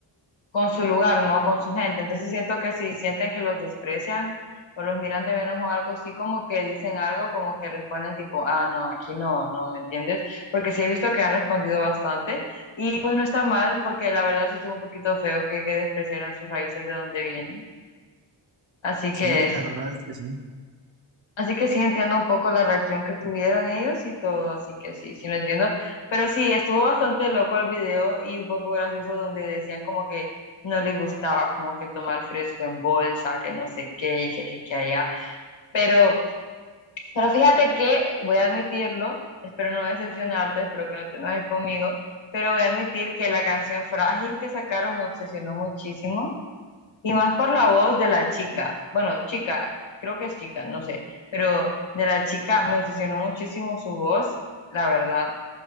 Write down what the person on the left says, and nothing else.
con su lugar, ¿no? Con su gente. Entonces siento que si sienten que los desprecian o los miran de menos o algo así, como que dicen algo, como que responden tipo, ah, no, aquí no, no, ¿me entiendes? Porque sí he visto que han respondido bastante y pues no está mal porque la verdad sí estuvo un poquito feo que, que despreciaran sus raíces de donde vienen. Así
que
Así que sí entiendo un poco la reacción que tuvieron ellos y todo, así que sí, sí lo entiendo. Pero sí, estuvo bastante loco el video y un poco gracioso donde decían como que no les gustaba como que tomar fresco en bolsa, que no sé qué, y que aquí, que allá. Pero, pero fíjate que, voy a admitirlo, espero no decepcionarte, espero que no te enojes conmigo, pero voy a admitir que la canción Frágil que sacaron me obsesionó muchísimo y más por la voz de la chica. Bueno, chica, creo que es chica, no sé. Pero de la chica me obsesionó muchísimo su voz, la verdad.